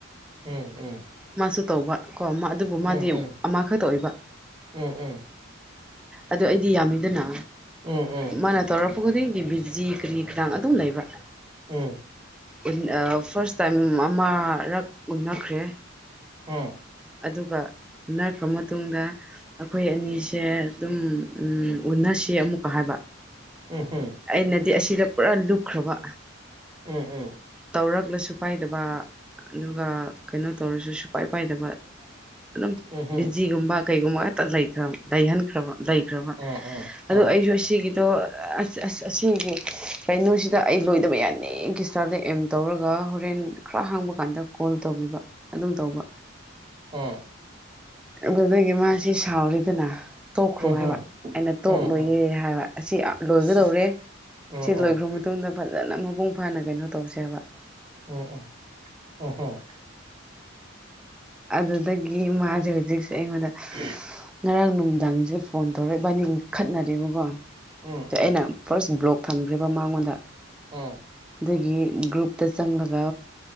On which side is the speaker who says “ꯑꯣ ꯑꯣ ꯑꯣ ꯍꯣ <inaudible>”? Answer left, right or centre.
Right